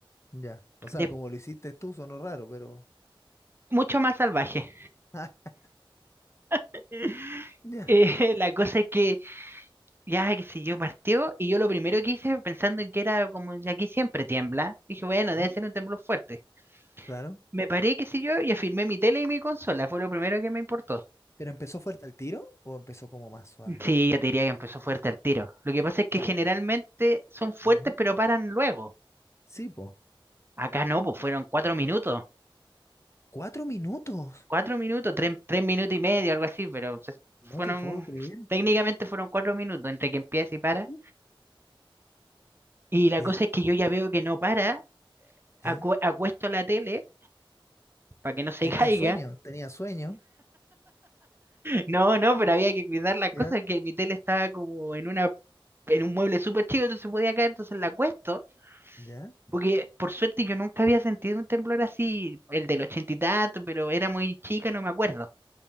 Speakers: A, on the left; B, on the right.
A: ya. O sea,
B: De-
A: como lo hiciste tú, sonó raro, pero. <laughs>
B: mucho más salvaje.
A: Ah,
B: <laughs>
A: ya.
B: Eh, la cosa es que ya, que si yo, partió y yo lo primero que hice, pensando en que era como de aquí siempre tiembla, dije, bueno,
A: ¿Mm?
B: debe ser un temblor fuerte.
A: Claro.
B: Me paré, qué sé yo, y afirmé mi tele y mi consola, fue lo primero que me importó.
A: ¿Pero empezó fuerte el tiro o empezó como más suave?
B: Sí, yo te diría que empezó fuerte al tiro. Lo que pasa es que
A: No.
B: generalmente son fuertes
A: ¿Ya?
B: pero paran luego.
A: Sí, po.
B: Acá no, pues fueron cuatro minutos.
A: Cuatro minutos.
B: cuatro minutos, tres, tres minutos y medio, algo así, pero se-
A: No
B: fueron,
A: te puedo creer.
B: técnicamente fueron cuatro minutos entre que empieza y para.
A: uh,
B: Y la
A: Que
B: cosa es que yo ya veo que no para, acu-
A: ya.
B: acuesto la tele para que no se
A: Tenía
B: <laughs> caiga.
A: sueño, tenía sueño.
B: No, no, pero había que cuidar la
A: Ya.
B: cosa, que mi tele estaba como en una, en un mueble súper chico, entonces podía caer, entonces la acuesto.
A: Ya,
B: Porque por suerte yo nunca había sentido un temblor así, el del ochenta y tanto, pero era muy chica, no me acuerdo.